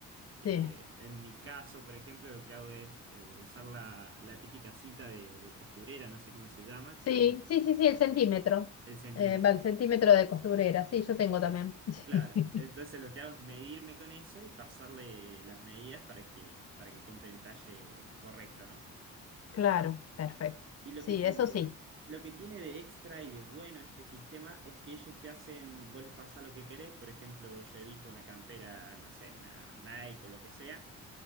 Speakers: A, on the right; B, on the left.
A: Eh,
B: sí.
A: en mi caso, por ejemplo, lo que hago es eh, usar la, la típica cinta de, de costurera, no sé cómo se llama, que
B: Sí,
A: es el,
B: sí, sí, sí, el centímetro.
A: el centímetro.
B: Eh, va el centímetro de costurera, sí, yo tengo también. <laughs>
A: Claro,
B: Sí.
A: entonces lo que hago es medirme con eso y pasarle las medidas para que, para que compre el talle correcto, ¿no?
B: Claro, perfecto.
A: Y lo
B: Sí,
A: que tiene,
B: eso sí.
A: lo que tiene de extra y de bueno este sistema es que ellos te hacen, vos les pasás lo que querés, por ejemplo, yo elijo una campera, no sé, una Nike o lo que sea,